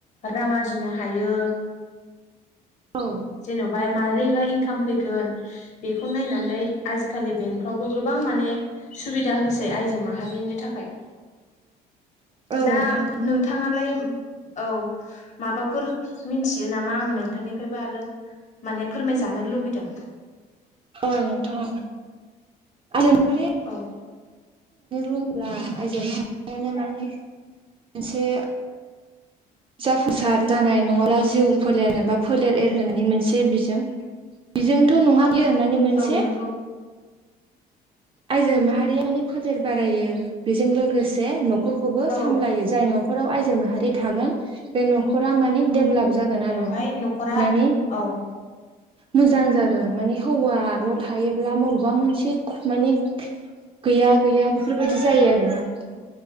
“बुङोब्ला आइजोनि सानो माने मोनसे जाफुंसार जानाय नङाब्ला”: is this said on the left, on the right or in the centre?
Right